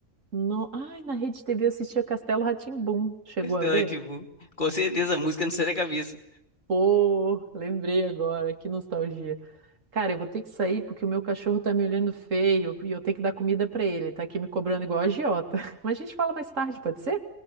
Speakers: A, on the right; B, on the left.
A: No... Ai, na Rede TV eu assistia Castelo rá tim Chegou
B: Então,
A: a ver?
B: é, tipo, com certeza a música não sai da cabeça.
A: Pô, lembrei agora, que nostalgia. Cara, eu vou ter que sair porque o meu cachorro tá me olhando feio e eu tenho que dar comida pra ele. Tá aqui me cobrando igual a agiota. <laughs> Mas a gente fala mais tarde, pode ser?